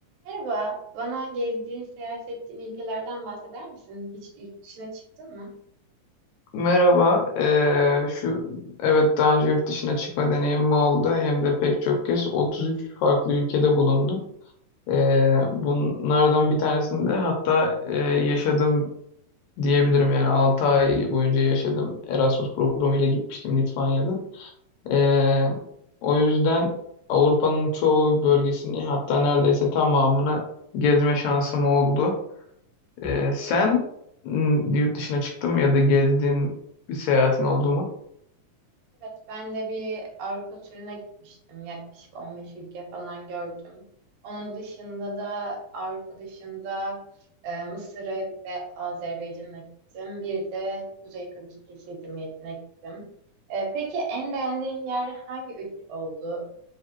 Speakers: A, on the right; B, on the left.
A: Merhaba, bana gezdiğin, seyahat ettiğin ülkelerden bahseder misin? Hiç yurt dışına çıktın mı?
B: Merhaba. eee, şu evet daha önce yurt dışına çıkma deneyimim oldu. Hem de pek çok kez 33 farklı ülkede bulundum. Eee, bunlardan bir tanesinde hatta eee, yaşadım diyebilirim. Yani 6 ay boyunca yaşadım. Erasmus programıyla gitmiştim Litvanya'da. Eee, o yüzden Avrupa'nın çoğu bölgesini hatta neredeyse tamamını gezme şansım oldu. Eee, sen m, yurt dışına çıktın mı ya da gezdiğin bir seyahatin oldu mu?
A: Evet, ben de bir Avrupa turuna gitmiştim. Yaklaşık 15 ülke falan gördüm. Onun dışında da Avrupa dışında e, Mısır'a ve Azerbaycan'a gittim. Bir de Kuzey Kıbrıs Türkiye Cumhuriyeti'ne gittim. E, peki en beğendiğin yer hangi ülke oldu?